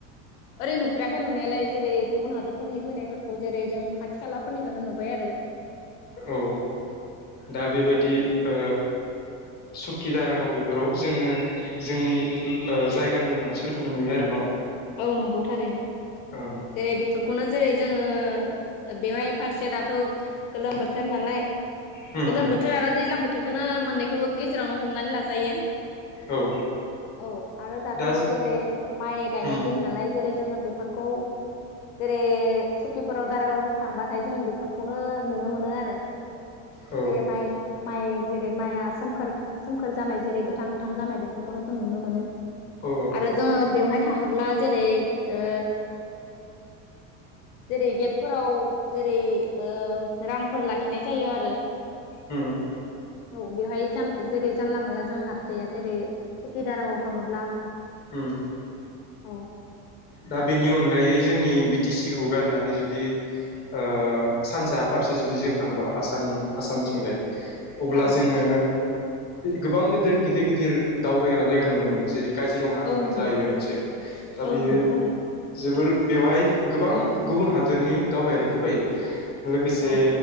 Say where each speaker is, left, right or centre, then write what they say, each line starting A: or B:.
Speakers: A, on the left (about 70°); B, on the left (about 25°).
A: ओरै नुफेराखै नुनायालाय जेरै गुबुन हादोरफोरनि फैनायफोरखौ जेरै जों खाथि खालाफोरनिखौनो नुबाय आरो
B: औ दा बेबायदि ओ सुखिदार गाव बेफोराव जोङो जोंनि ओ जायगानि मानसिफोरखौनो नुयो आरो न'
A: औ नंगौ थारैनो
B: ओं
A: जेरै बेफोरखौनो जेरै जोङो। बेवहाय फारसे दाथ' गोलोम बोथोर नालाय
B: होम
A: गोलोम
B: होम
A: बोथोर आरो दैज्लां बो बोथोरखोनो मोननैखौबो गेजेरावनो हमनानै लाजायो।
B: औ
A: औ आरो दाथ'
B: दा
A: जेरै माइक गायनाय
B: उम
A: दिन नालाय जेरै जोङो बेफोरखौ जेरै स'किफोराव दारागावफोर थांबाथाय जोंङो बेफोरखौनो नुनो मोनो आरो
B: औ
A: जेरै माइ-माइ जेरै माइया सोमखोर-सोमखोर जानाय जेरै गोथां-गोथां जानाय बेफोरखौनो जों नुनो मोनो।
B: औ
A: आरो जोङो बेवहाय थाङोब्ला जेरै ओ जेरै गेटफोराव जेरै ओ रांफोर लाखिनाय जायो आरो।
B: होम
A: औ बेवहाय जान जेरै जानला मोनानला जों हाबजाया जेरै सकि दारागाव थाङोब्ला
B: होम
A: औ
B: दा बेनि अनगायै जोंनि बि टि सिखौ गारनानै जुदि ओ सानजा फारसे जुदि जों थाङोबा आसाम आसामथिंजाय अब्ला
A: औ
B: जोङो गोबां गोदोर-गिदिर-गिदिर दावबायग्रा जायगा नुनो मोनो जेरै काजिरङा
A: औ नंगौ
B: जाहैबाय मोनसे दा
A: औ
B: बियो
A: नंगौ थारैनो
B: जोबोर बेवहाय गोबां गुबुन हादोरनि दावबायारिफोर फैयो। लोगोसे
A: औ